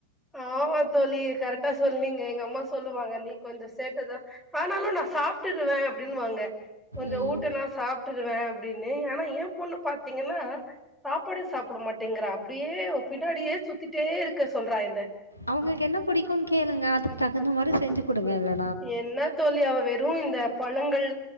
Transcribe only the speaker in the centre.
ஆமா தோழி கரெக்டா சொல்லீங்க எங்க அம்மா சொல்லுவாங்க நீ கொஞ்சோ சேட்டதா ஆனாலு நா சாப்ட்டுருவே அப்டின்னு வாங்க கொஞ்சோ
ஊட்டுனா சாப் ட்டுருவே அப்டின்னு ஆனா ஏ பொண்ணு பாத்தீங்கன்னா சாப்பாடே சாப்புட மாட்டேங்கிறா அப்டியே பின்னாடியே சுத்திட்டேருக்க சொல்றா என்ன
என்ன தோழி அவ வெறு இந்த பழங்கள்